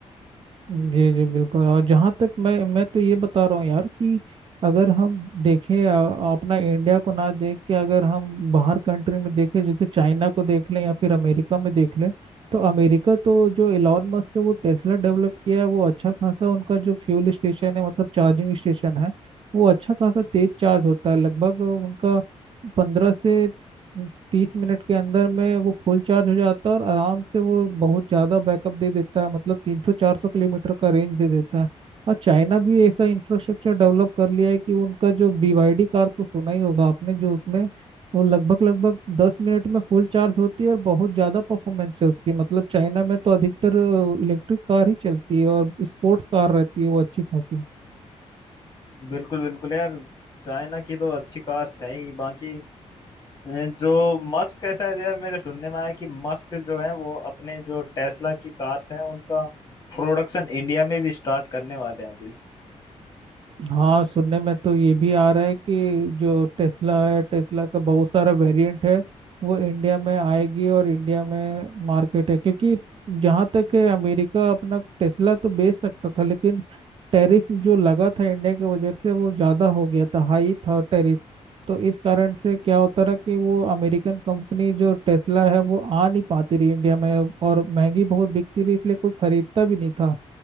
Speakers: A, on the right (about 50°); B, on the left (about 30°).
A: जी जी बिल्कुल और जहाँ तक मैं मैं तो ये बता रहा हूँ यार कि अगर हम देखें अ, अपना इंडिया को ना देख के अगर हम बाहर कंट्री में देखें जैसे चाइना को देख लें या फिर अमेरिका में देख लें तो अमेरिका तो जो इलॉन मस्क है वो टेस्ला डेवलप किया है वो अच्छा खासा उनका जो फ्यूल स्टेशन है मतलब चार्जिंग स्टेशन है वो अच्छा खासा तेज चार्ज होता है लगभग उनका पंद्रह से तीस मिनट के अंदर में वो फुल चार्ज हो जाता है और आराम से वो बहुत ज़्यादा बैकअप दे देता है मतलब तीन सौ चार सौ किलोमीटर का रेंज दे देता है और चाइना भी ऐसा इंफ्रास्ट्रक्चर डेवलप कर लिया है कि उनका जो BYD कार तो सुना ही होगा आपने जो उसमें वो लगभग लगभग दस मिनट में फुल चार्ज होती है और बहुत ज़्यादा परफॉर्मेंस है उसकी मतलब चाइना में तो अधिकतर इलेक्ट्रिक कार ही चलती है और स्पोर्ट्स कार रहती है वो अच्छी खासी
B: बिल्कुल बिल्कुल यार चाइना की तो अच्छी कार्स हैं ही बाकी अ, जो मस्क कैसा है यार मेरे सुनने में आया कि मस्क जो है वो अपने जो टेस्ला की कार्स हैं उनका प्रोडक्शन इंडिया में भी स्टार्ट करने वाले हैं अभी
A: हाँ सुनने में तो ये भी आ रहा है कि जो टेस्ला है टेस्ला का बहुत सारा वेरिएंट है वो इंडिया में आएगी और इंडिया में मार्केट है क्योंकि जहाँ तक है अमेरिका अपना टेस्ला तो बेच सकता था लेकिन टैरिफ जो लगा था इंडिया की वजह से वो ज़्यादा हो गया था हाई था टैरिफ तो इस कारण से क्या होता रहा कि वो अमेरिकन कंपनी जो टेस्ला है वो आ नहीं पाती रही इंडिया में और महंगी बहुत बिकती रही इसलिए कोई खरीदता भी नहीं था